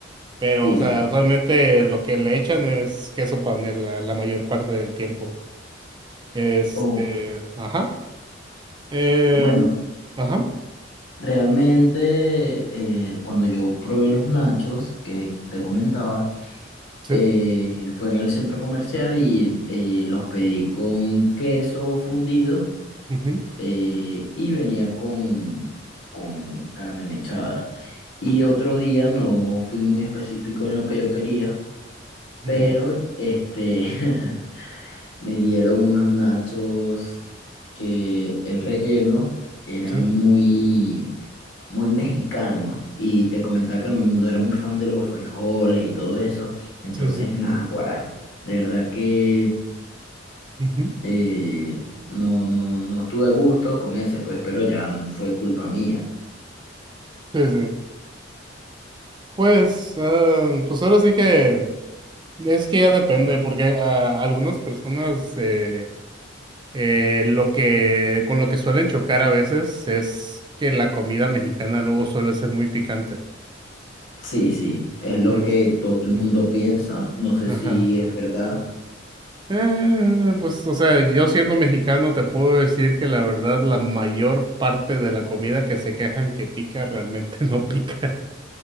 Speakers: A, on the right (about 25°); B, on the left (about 75°).
A: Pero,
B: sí
A: o sea,
B: es.
A: usualmente lo que le echan es queso panela la mayor parte del tiempo. Este,
B: Ok.
A: ajá, eh,
B: Bueno.
A: ajá,
B: Realmente, eh, cuando yo probé los nachos que te comentaba,
A: sí,
B: eh, fue en el centro comercial y eh, los pedí con queso fundido
A: ujú,
B: eh, y venía con, con carne mechada. Y otro día no fui muy específico en lo que yo quería,
A: ujú,
B: pero este, <laughs> Me dieron unos nachos que el relleno era
A: sí,
B: muy, muy mexicano. Y te comentaba que no, no era muy fan de los frijoles y todo eso. Entonces,
A: sí, sí, sí,
B: nada, guará. De verdad que
A: ujú,
B: eh, no, no, no tuve gusto con ese, pues, pero ya n- fue culpa mía.
A: sí, sí. Pues, ah, pues ahora sí que es que ya depende, porque a algunas personas eh, eh, lo que con lo que suelen chocar a veces es que la comida mexicana luego suele ser muy picante.
B: Sí, sí, es lo
A: Entonces,
B: que todo el
A: ah,
B: mundo piensa. No sé
A: ajá,
B: si es verdad,
A: Eh, pues, o sea, yo siendo mexicano te puedo decir que la verdad la mayor parte de la comida que se quejan que pica realmente <laughs> no pica.